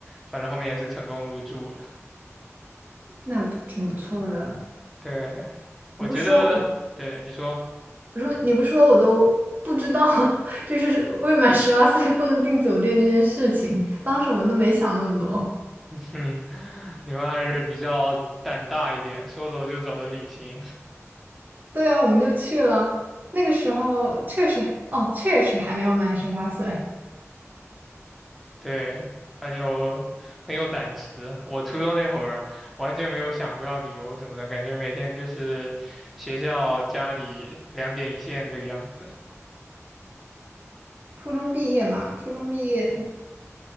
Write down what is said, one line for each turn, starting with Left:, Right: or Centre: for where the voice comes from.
Centre: 反正后面也是成功入住了。
Right: 那不挺不错的。
Centre: 对，我觉得对你说，
Right: 你不说我，说你不说我都不知道，<laughs> 就是未满十八岁不能订酒店这件事情，当时我们都没想那么多。
Centre: <laughs> 嗯，你们还是比较胆大一点，说走就走的旅行。
Right: 对啊，我们就去了。那个时候确实，哦，确实还没有满十八岁，
Centre: 对，很有很有胆识。我初中那会儿完全没有想过要旅游什么的，感觉每天就是学校、家里两点一线这个样子。
Right: 初中毕业嘛，初中毕业